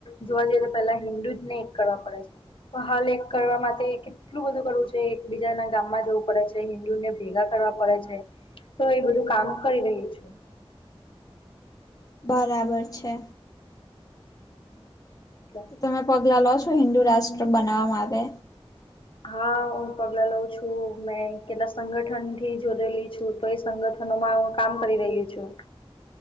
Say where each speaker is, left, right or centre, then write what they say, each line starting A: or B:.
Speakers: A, on the left (about 60°); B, on the left (about 40°).
A: જોવા જઈએ તો પેલા હિન્દુ જ ને એક કરવા પડે છે. પન હાલ એક કરવા માટે એકે એટલું બધું કરવું છે એક બીજાના ગામમાં જવું પડે છે, હિન્દુને ભેગા કરવા પડે છે તો એ બધું કામ કઈ રહી છું.
B: બરાબર છે.
A: એટલે
B: તો તમે પગલા લો છો હિન્દુ રાષ્ટ્ર બનાવા માટે?
A: હા હું પગલા લઉં છું મેં કેટલાક સંગઠનથી જોડેલી છું. તો એ સંગઠનોમાં હું કામ કરી રહી છું.